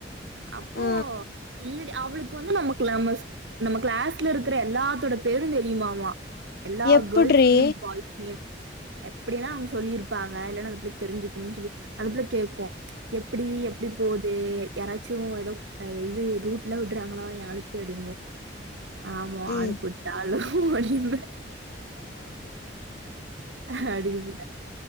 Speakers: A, on the right; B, on the left.
A: அப்போ
B: ஆ
A: இல்லடி அவளுக்கு வந்து நம்ம நம்ம நம்ம கிளாஸ்ல இருக்கிற எல்லாத்தோட பேரும் தெரியுமாமா எல்லா
B: எப்புட்ரி
A: கேள்ஸ் நேம் பாய்ஸ் நேம் எப்படின்னா அவங்க சொல்லியிருப்பாங்க இல்லனா எப்டி அந்த பிள்ளக் தெரிஞ்சுக்குணுனு சொல்லி அந்த பிள்ள கேட்கோ எப்டி எப்டி போது யாராச்சு எதோ அ இது ரூட்ல உடுறாங்ளா எ ஆளுக்கு அப்டிங்கு ஆமா
B: ம்
A: ஆளு கூட்டாலு வடி இம்ப அ ஹ அடி இம்ப